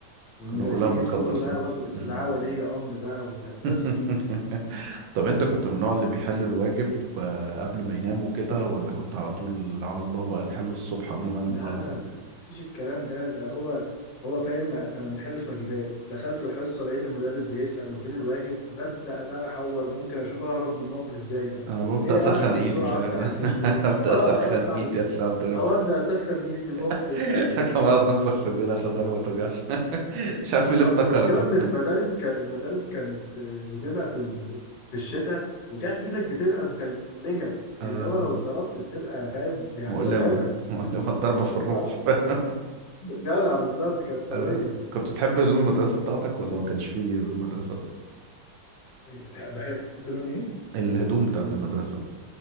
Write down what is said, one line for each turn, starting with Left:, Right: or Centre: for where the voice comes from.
Left: والمدرسين
Right: كنا كلنا بنتقدر
Left: يدخلوا
Right: صح؟
Left: بقى واخد استدعاء
Right: مم.
Left: ولي امر بقى وكانت
Right: <laughs>
Left: قصه
Right: طب انت كنت من النوع اللي بيحل الواجب آه، قبل ما ينام وكده ولا كنت على طول على الله بقى نحله الصبح قبل ما انزل
Left: لا
Right: ولا
Left: لا لا مفيش الكلام ده ده هو هو فاهم احنا ما بنحلش واجبات دخلت الحصه لقيت المدرس بيسال وفين الواجب ببدا بقى احور ممكن اشوف اهرب من الموقف ازاي بقى
Right: انا ببدا
Left: ايه
Right: اسخن
Left: الحق بسرعه
Right: ايدي فاهم
Left: افتح
Right: <laughs>
Left: الكشكول
Right: ابدا
Left: اه
Right: اسخن
Left: افتح
Right: ايدي
Left: بس
Right: عشان اتضرب
Left: او ابدا اسخن ايدي ممكن
Right: <laughs>
Left: يعني
Right: عشان كمان اقعد انفخ في ايدينا عشان الضربه ما توجعش <laughs> مش عارف
Left: بالظبط
Right: مين اللي افتكر
Left: المشكله
Right: ال...
Left: ان المدارس ك... المدارس كانت آه، بتبقى في ال... في الشتاء وكانت ايدك بتبقى متلجه
Right: آه
Left: اللي هو لو اتضربت بتبقى فاهم يعني
Right: مؤلمه
Left: مرعبه <laughs>
Right: <laughs> مؤلمه الضربه في الروح
Left: اه
Right: <laughs>
Left: جدع بالظبط كانت قويه
Right: آه كنت بتحب هدوم المدرسه بتاعتك ولا ما كانش فيه هدوم مدرسه اصلا
Left: بتح... بحب لون ايه؟
Right: الهدوم بتاعت المدرسه